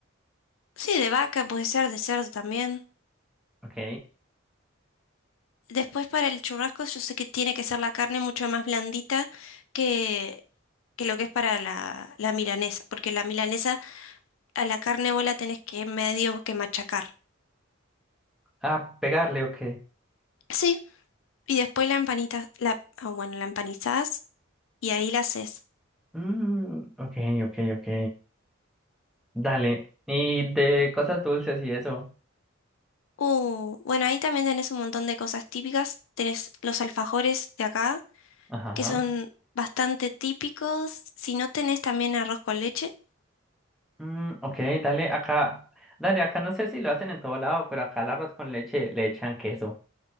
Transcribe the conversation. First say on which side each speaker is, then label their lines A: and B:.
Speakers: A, on the left (about 75°); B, in the centre.
A: sí, de vaca puede ser, de cerdo también.
B: Ok.
A: Después para el churrasco yo sé que tiene que ser la carne mucho más blandita que, que lo que es para la, la milanesa, porque la milanesa a la carne vos la tenés que medio que machacar.
B: Ah, pegarle, ok.
A: Sí, y después la empanitas, la, ah, bueno, la empanizás y ahí la haces.
B: Mm, ok, ok, ok. Dale. Y de cosas dulces y eso.
A: Uh, bueno, ahí también tenés un montón de cosas típicas. Tenés los alfajores de acá,
B: Ajá.
A: que son bastante típicos. Si no tenés también arroz con leche.
B: Mm, ok, dale acá. Dale acá, no sé si lo hacen en todo lado, pero acá al arroz con leche le echan queso.